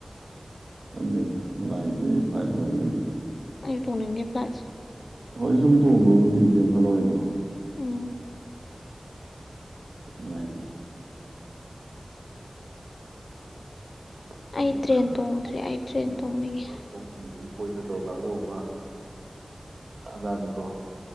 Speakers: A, on the right; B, on the left.
A: ꯍꯪꯦꯅ ꯃꯅꯥꯥꯏꯇ ꯐ꯭ꯂꯥꯏ ꯇꯣꯡꯕꯣꯏꯗꯤ
B: ꯑꯩ ꯇꯣꯡꯅꯤꯡꯗꯤꯦ ꯄ꯭ꯂꯥꯁ
A: ꯍꯣꯏ ꯁꯨꯝ ꯇꯣꯡꯕꯕꯨꯗꯤ ꯀꯩꯝ ꯈꯜꯂꯣꯏꯕꯣ
B: ꯎ
A: ꯃꯥꯥꯏ ꯈꯪꯗꯅ
B: ꯑꯩ ꯇ꯭ꯔꯦꯟ ꯇꯣꯡꯗ꯭ꯔꯤ ꯑꯩ
A: ꯆꯠꯅꯤꯡꯉꯤꯕ
B: ꯇ꯭ꯔꯦꯟ ꯇꯣꯡꯅꯤꯡꯉꯦ
A: ꯕꯁ ꯇꯣꯡ ꯀꯤꯕꯒꯤ ꯀꯣꯏ ꯆꯠꯇꯧꯕ ꯀꯥꯡꯕꯨ ꯑꯃ ꯖꯥꯠ ꯖꯥꯠꯅꯤꯀꯣ